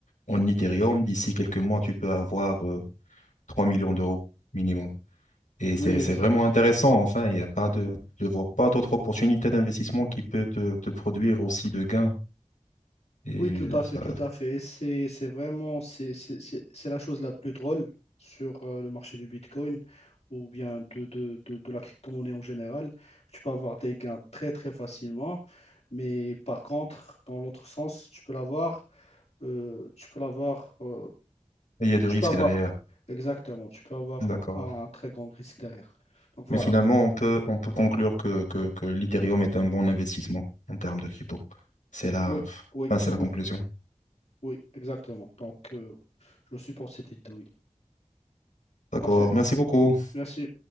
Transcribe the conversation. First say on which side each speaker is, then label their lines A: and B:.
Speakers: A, on the left (about 85°); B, on the left (about 60°).
A: en Ethereum, d'ici quelques mois, tu peux avoir euh, 3 millions d'euros minimum. Et c'est,
B: Oui, exact.
A: c'est vraiment intéressant. Enfin, il n'y a pas de, je vois pas d'autres opportunités d'investissement qui peut te, te produire aussi de gains. Et
B: Oui, tout à fait,
A: ça,
B: tout à fait. Et C'est, c'est vraiment, c'est c'est- c'est- c'est la chose la plus drôle sur euh, le marché du Bitcoin ou bien de, de, de, de la crypto-monnaie en général. Tu peux avoir des gains très, très facilement. Mais par contre, dans l'autre sens, tu peux l'avoir, euh, tu peux l'avoir euh,
A: il y a du
B: Tu
A: risque
B: peux avoir,
A: derrière.
B: exactement, tu peux avoir
A: D'accord.
B: un, un très grand risque derrière. Donc voilà.
A: Mais finalement, on peut, on peut conclure que, que, que l'Ethereum est un bon investissement en termes de crypto. C'est la,
B: Oui,
A: enfin,
B: oui,
A: c'est la
B: oui,
A: conclusion.
B: oui, exactement. Donc, euh, je suis pour cette idée, oui.
A: D'accord,
B: Parfait.
A: merci beaucoup.
B: Merci.